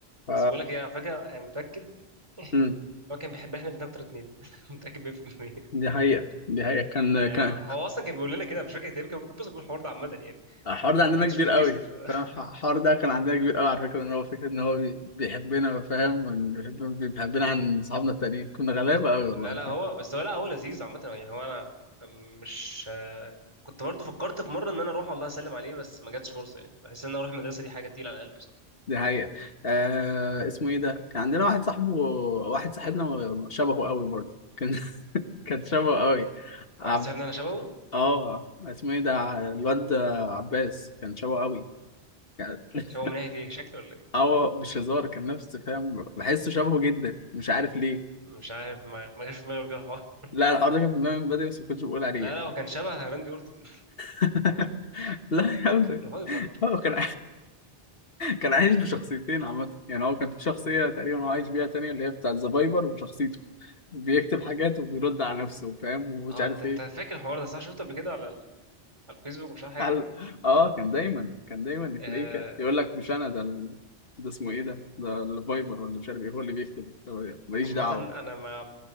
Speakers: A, on the left (about 65°); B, on the right (about 30°).
A: ف
B: بس بقول لك ايه على فكرة انا متأكد <laughs>
A: امم
B: هو كان بيحبنا احنا الاتنين اكتر اتنين <laughs> متأكد 100%
A: دي حقيقه دي حقيقه كان
B: يعني
A: كان
B: هو اصلا كان بيقول لنا كده مش فاكر تقريبا كان ممكن بس بيقول الحوار ده عامة يعني
A: الحوار ده عندنا
B: ما كانش
A: كبير
B: بيتكسف
A: قوي فاهم
B: <laughs>
A: الح- الحوار
B: آه.
A: ده كان عندنا كبير قوي على فكرة ان هو فكرة ان هو بي- بيحبنا فاهم وإن بيحب- بيحبنا عن اصحابنا التانيين كنا غلابة قوي والله
B: لا لا هو
A: فاهم
B: بس هو لا هو لذيذ عامة يعني هو انا مش آه، كنت برضه فكرت في مرة ان انا اروح والله اسلم عليه بس ما جاتش فرصة يعني بحس ان انا اروح المدرسة دي حاجة تقيلة على القلب بصراحة
A: دي حقيقة آه اسمه ايه ده كان عندنا واحد صاحبه واحد صاحبنا شبهه قوي برضه كان <laughs> كان شبهه قوي
B: واحد
A: عب...
B: صاحبنا انا شبهه
A: اه اسمه ايه ده الواد عباس كان شبهه قوي <laughs>
B: شبهه من ناحية ايه شكله ولا ايه
A: اه مش هزار كان نفس فاهم بحسه شبهه جدا مش عارف ليه
B: مش عارف ما ما جاش في دماغي كده الحوار
A: لا
B: ده
A: الحوار ده كان في دماغي من بدري بس ما كنتش بقول عليه
B: لا لا هو كان شبه راندي اورتن
A: <laughs> لا يا ابني
B: الهايبر
A: هو كان كان عايش بشخصيتين عامة يعني هو كان في شخصية تقريبا هو عايش بيها تانية اللي هي بتاع الزبايبر وشخصيته بيكتب حاجات وبيرد على نفسه فاهم ومش
B: اه
A: عارف
B: انت انت
A: ايه
B: فاكر الحوار ده صح شفته قبل كده على ال... على الفيسبوك ومش عارف حاجه
A: قال
B: كده
A: اه كان دايما كان دايما
B: آه...
A: تلاقيه كده يقول لك مش انا ده ال... ده اسمه ايه ده ده الفايبر ولا مش عارف ايه هو اللي بيكتب هو اللي- ماليش
B: عامه
A: دعوة
B: انا ما